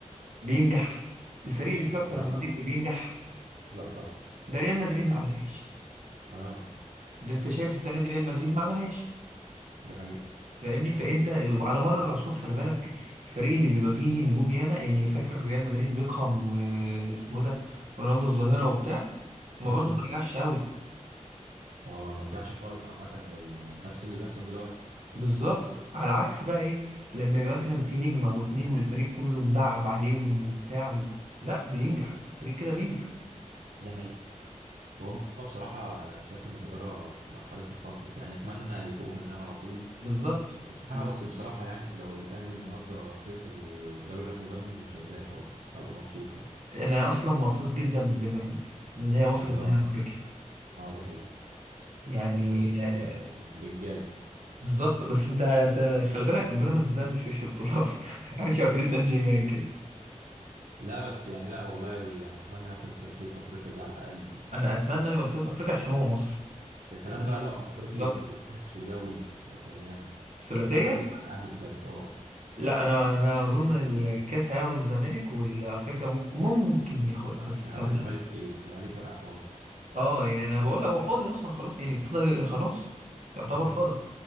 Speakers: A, on the right; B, on the right.
A: بينجح الفريق اللي فيه اكتر
B: لا طبعا
A: من نجم بينجح
B: لا طبعا
A: ده ريال مدريد ما عملهاش
B: اه
A: ده انت شايف السنه دي ريال مدريد ما عملهاش
B: ده حقيقه
A: فاهمني فانت وعلى مر العصور خلي بالك الفريق اللي بيبقى فيه نجوم ياما يعني فاكر ريال مدريد بيكهام واسمه ده رونالدو الظاهره وبتاع ما
B: امم
A: برضه ما نجحش قوي
B: هو ما نجحش خالص عامه زي نفس اللي بيحصل دلوقتي
A: بالظبط على عكس بقى ايه لما يبقى مثلا في نجمه او اتنين والفريق كله مدعم عليهم وبتاع و... لا بينجح فريق كده بينجح
B: دي حقيقة فهم بصراحة أنا شايف إن الإدارة في مرحلة تخبط يعني أتمنى يفوقوا منها على طول
A: بالظبط
B: بصراحة
A: بالظبط.
B: بس بصراحة يعني لو الأهلي النهاردة خسر والدوري راح لبيراميدز مش هتضايق خالص هبقى مبسوط يعني
A: انا اصلا مبسوط جدا ببيراميدز ان هي وصلت
B: والله
A: نهائي
B: وأنا.
A: افريقيا
B: اه دي حقيقة
A: يعني
B: فريق
A: آه،
B: آه، رجالة
A: بالظبط بس انت انت خلي بالك بيراميدز ده مش وش بطولات <laughs> عامل شبه باريس سان جيرمان كده
B: لا بس يعني لا والله يعني أتمنى ياخد بطولة أفريقيا دي على الأقل يعني
A: انا اتمنى يبقى بطوله افريقيا عشان هو مصري
B: يا سلام
A: عشان
B: بقى
A: <laughs>
B: لو أفريقيا
A: بالظبط
B: وكأس ودوري يا سلام
A: الثلاثيه
B: يبقى علم على الأهلي بجد اه
A: لا انا انا اظن الكاس هياخده من الزمالك والافريقيا مم- ممكن ياخدها بس
B: يا عم
A: صندوق
B: الزمالك إيه الزمالك واقع خالص
A: اه يعني انا بقول لك هو فاضي اصلا خلاص يعني ابتدى خلاص يعتبر
B: مم.
A: فاضي